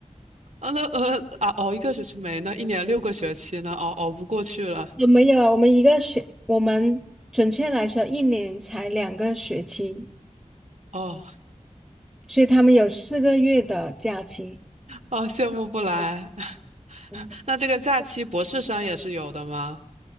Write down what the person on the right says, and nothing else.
啊，那呃啊，熬一个学期没呢，一年六个学期呢，熬熬不过去了，
哦
哦，羡慕不来。<laughs>
那这个假期博士生也是有的吗？